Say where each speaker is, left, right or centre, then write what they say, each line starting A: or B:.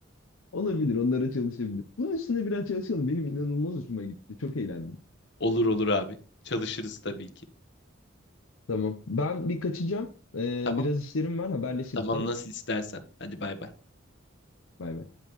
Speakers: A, on the left; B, on the left.
A: Olabilir, onlara çalışabilir. Bunun üstüne biraz çalışalım. Benim inanılmaz hoşuma gitti. Çok eğlendim.
B: Olur olur abi. Çalışırız tabii ki.
A: Tamam. Ben bir kaçacağım. E,
B: Tamam.
A: biraz işlerim var. Haberleşiriz
B: Tamam
A: tamam.
B: nasıl istersen. Hadi bay bay.
A: Bay bay.